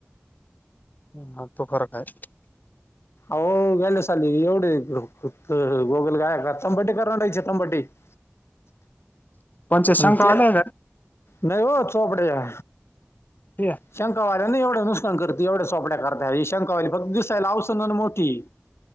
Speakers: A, on the left; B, on the left.
A: <unintelligible>
B: आओ गेले साली एवढे गोगलगाय आहेत ना तंबाटेच्या <inaudible> तंबाटेच्या
A: कोणच्या शंका
B: आणि ते
A: आल्या का
B: नाही हो चोपडे या.
A: <unintelligible>
B: शंकावाल्या ना एवढं नुकसान करतो एवढ्या सोपड्या करतात शंकावाली फक्त दिसायला औसंगन मोठी.